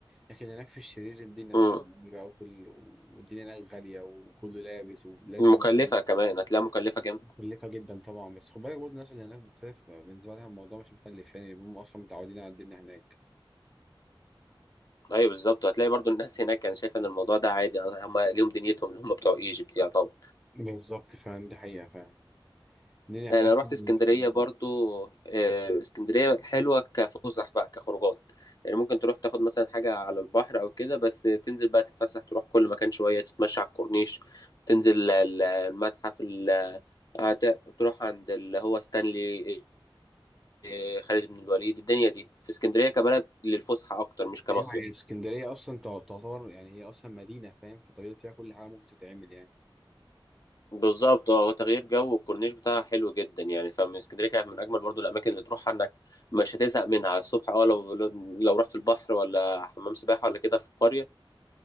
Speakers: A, in the centre; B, on the left.
A: لكن هناك في الشرير الدنيا
B: امم
A: صعبة أوي بقى وكل والدنيا هناك غالية وكله لابس ولازم
B: مكلفة
A: مثلا
B: كمان هتلاقيها مكلفة جامد
A: مكلفة جدا طبعا بس خد بالك برضه الناس اللي هناك بتصيف بالنسبة لها الموضوع مش مكلف يعني هم أصلا متعودين على الدنيا هناك
B: ايوه بالظبط هتلاقي برضو الناس هناك انا شايف ان الموضوع ده عادي هم ليهم دنيتهم اللي هم بتوع ايجيبت يعني طبعا
A: بالظبط فعلا دي حقيقة فعلا الدنيا
B: آه،
A: هناك
B: انا رحت
A: فعلا
B: اسكندريه
A: لذيذة أوي.
B: برضو آه، اسكندريه حلوه كفسح بقى كخروجات يعني ممكن تروح تاخد مثلا حاجه على البحر او كده بس تنزل بقى تتفسح تروح كل مكان شويه تتمشى على الكورنيش تنزل ال- المتحف ال- هت- تروح عند اللي هو ستانلي آه، خالد بن الوليد الدنيا دي في اسكندريه كبلد للفسحه اكتر مش كمصيف
A: أيوة هي اسكندرية أصلا تع- تعتبر يعني هي أصلا مدينة فاهم فطبيعي فيها كل حاجة ممكن تتعمل يعني
B: بالظبط اه هو تغيير جو والكورنيش بتاعها حلو جدا يعني فمن اسكندريه كانت من اجمل برضو الاماكن اللي تروحها انك مش هتزهق منها الصبح اه لو لو رحت البحر ولا حمام سباحه ولا كده في القريه